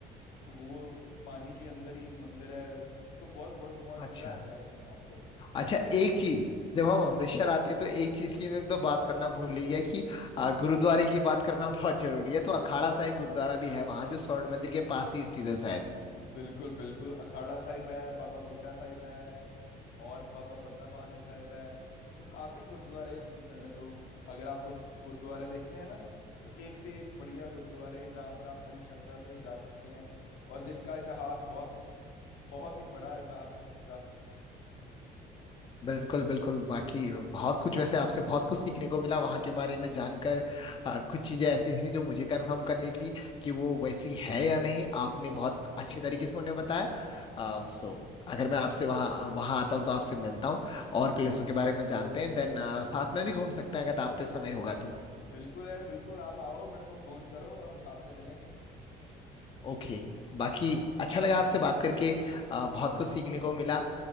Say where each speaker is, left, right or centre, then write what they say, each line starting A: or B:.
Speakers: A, on the left; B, on the left.
A: वो पानी के अंदर ही एक मंदिर है तो बहुत बहुत बहुत
B: अच्छा
A: मजा आएगा इसमें आपको
B: अच्छा एक चीज जब हम अमृतसर आते हैं तो एक चीज की मैंने तो बात करना भूल ही गया कि आ, गुरुद्वारे की बात करना <laughs> बहुत जरूरी है तो अखाड़ा साहिब गुरुद्वारा भी है वहां जो स्वर्ण मंदिर के पास ही स्थित है शायद
A: बिल्कुल बिल्कुल अखाड़ा साहिब है बाबा बुड्ढा साहिब है और बाबा बंदा बहादुर साहिब है तो काफी गुरुद्वारे हैं अमृतसर में तो अगर आपको गुरुद्वारे देखने हैं ना तो एक से एक बढ़िया गुरुद्वारे जहाँ पर आप बड़ी श्रद्धा से जा सकते हैं और जिसका इतिहास बहुत बहुत ही बड़ा इतिहास है सबका
B: बिल्कुल बिल्कुल बाकी बहुत कुछ वैसे आपसे बहुत कुछ सीखने को मिला वहां के बारे में जानकर आ, कुछ चीजें ऐसी थी जो मुझे कंफर्म करनी थी कि वो वैसी है या नहीं आपने बहुत अच्छे तरीके से उन्हें बताया आ, सो अगर मैं आपसे वहाँ वहाँ आता हूँ तो आपसे मिलता हूँ और प्लेसों के बारे में जानते हैं देन साथ में भी घूम सकते हैं अगर आप पे समय होगा तो
A: बिल्कुल यार बिल्कुल आप आओ मेरे को फोन करो हम साथ में चलेंगे
B: ओके बाकी अच्छा लगा आपसे बात करके आ, बहुत कुछ सीखने को मिला